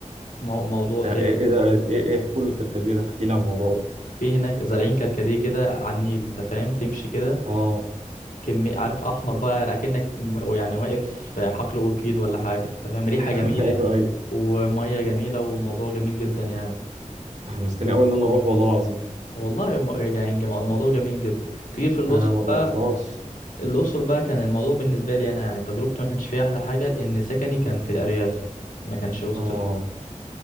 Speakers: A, on the left (about 80°); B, on the right (about 65°).
A: مو- موضوع
B: ده
A: تاني
B: إيه إيه ده إيه إيه حلول الكركديه ده احكي لي عن الموضوع ده
A: في هناك زارعين كركديه كده على النيل انت فاهم تمشي كده
B: آه
A: كمية عارف احمر بقى اكنك م- يعني واقف في حقل اوركيد ولا حاجة انت فاهم ريحة
B: <laughs>
A: جميلة
B: أيوه أيوه
A: ومية جميلة وموضوع جميل جدا يعني
B: أنت حمستني أوي إن أنا أروح والله العظيم
A: والله الم- يعني الجم- الموضوع جميل جدا تيجي في الأقصر
B: أنا ما جربتهاش
A: بقى الأقصر بقى كان الموضوع بالنسبة لي أنا يعني تجربتي ما كانش فيها أحلى حاجة لأن سكني كان في الأرياف ما كانش وسط
B: آه
A: ال-